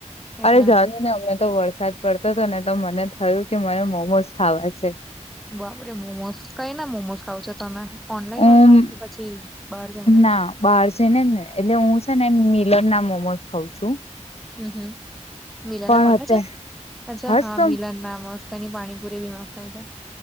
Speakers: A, in the centre; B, on the left (about 55°).
A: એટલે
B: અરે જાજો ને હમણે તો વરસાદ પડતો હતો ને તો મને થયું કે મને મોમોઝ ખાવા છે.
A: બાપરે મોમોસ કઈ ના મોમોસ ખાવ છો તમે ઓનલાઈન
B: હું
A: મંગાવો કે પછી બહાર જઈને
B: ના બહાર જઈને જ ને એટલે હું છે ને મીલરના મોમોઝ ખઉં છું.
A: હમ્મ હમ્મ મિલરના
B: પણ
A: મલે
B: અત્યારે
A: છે અચ્છા
B: હસ
A: હા
B: તું
A: મિલરના મસ્ત. તઈની પાણીપુરી બી મસ્તન છે.